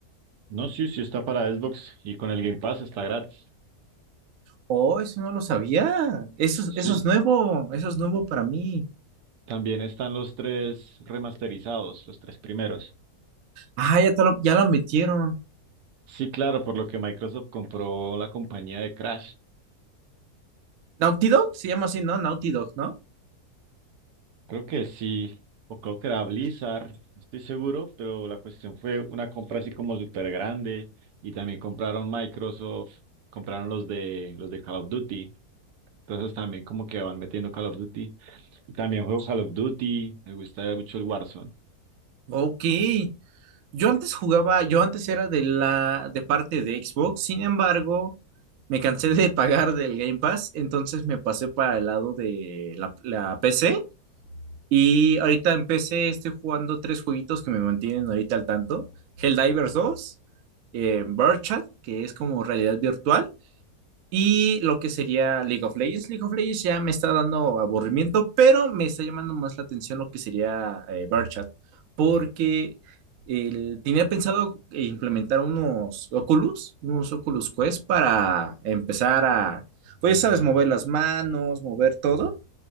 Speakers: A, on the right (about 80°); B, on the right (about 65°).
A: No, sí, sí está para Xbox y con el Game Pass está gratis.
B: Oh, eso no lo sabía. Eso, es-
A: Sí.
B: eso es nuevo, eso es nuevo para mí.
A: También están los tres remasterizados, los tres primeros.
B: Ah, ya, te lo, ya lo metieron.
A: Sí, claro, por lo que Microsoft compró la compañía de Crash.
B: Naughty Dog se llama así, ¿no? Naughty Dog, ¿no?
A: Creo que sí, o creo que era Blizzard, no estoy seguro, pero la cuestión fue una compra así como súper grande y también compraron Microsoft, compraron los de los de Call of Duty. Entonces también como que van metiendo Call of Duty. Y también juego Call of Duty, me gusta mucho el Warzone.
B: Ok. Yo antes jugaba, yo antes era de la de parte de Xbox, sin embargo, me cansé de pagar del Game Pass, entonces me pasé para el lado de la, la PC y ahorita en PC estoy jugando tres jueguitos que me mantienen ahorita al tanto, Helldivers dos, eh, Chat, que es como realidad virtual, y lo que sería League of Legends. League of Legends ya me está dando aburrimiento, pero me está llamando más la atención lo que sería eh, Barchat, porque el- tenía pensado eh, implementar unos Oculus, unos Oculus Quest para empezar a, pues sabes, mover las manos, mover todo.